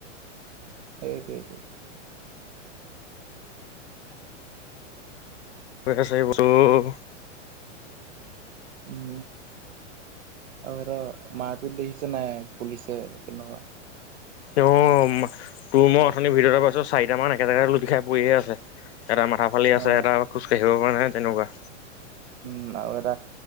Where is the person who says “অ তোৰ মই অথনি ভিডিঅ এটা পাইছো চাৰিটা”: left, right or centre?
Left